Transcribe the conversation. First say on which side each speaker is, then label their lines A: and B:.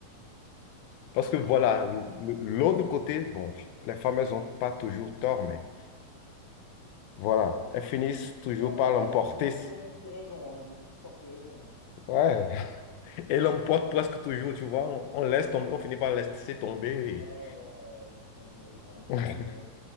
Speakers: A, on the left; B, on the left.
A: Parce que voilà, l- l- l'autre côté, bon, je- les femmes, elles n'ont pas toujours tort, mais voilà, elles finissent toujours
B: Ah,
A: par l'emporter.
B: elles n'ont pas toujours non plus raison. hein. Elles ont plus tort que raison.
A: Ouais. <laughs> Et l'emportent presque toujours, tu vois. On, on laisse tomber, on finit par laisser tomber.
B: hein. Ouais, ouais, ouais, laisse tomber. Ouais, Ouais,
A: et-
B: c'est vrai.